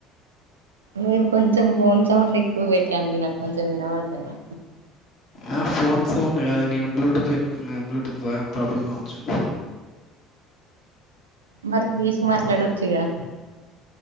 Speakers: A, on the right (about 80°); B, on the left (about 50°).
A: మీరు కొంచెం ఫోన్ సౌండ్ ఎక్కువ పెట్టండి నాకు కొంచెం వినబడతది,
B: ఆ ఫోన్ సౌండ్ కాదా నేను బ్లూటూత్ పెట్టుకున్నా బ్లూటూత్ ప్రాబ్లమ్ కావచ్చు,
A: మరి తీసి మాట్లాడొచ్చుగా,